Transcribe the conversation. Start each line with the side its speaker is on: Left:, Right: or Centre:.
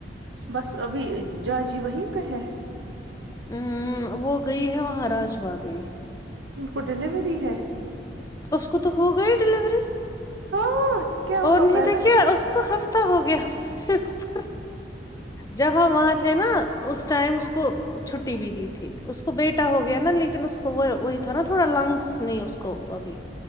Right: بس ابھی جاجی وہیں پہ ہے
Left: امم وہ گئی ہے وہاں راج با گئی ہے
Right: ان کو ڈیلیوری ہے
Left: اس کو تو ہوگںی ڈلیوری
Right: ہاں کیا ہوا
Left: اور نہیں
Right: پیدا
Left: تو کیا اس کو ہفتے ہفتہ ہو گیا ہفتے سے اوپر جب ہم وہاں تھے نا اس ٹائم اس کو چھٹی بھی دی تھی اس کو بیٹا ہو گیا نا لیکن اس کو وہ وہی تھا نا تھوڑا لنگس نہیں اس کو ابھی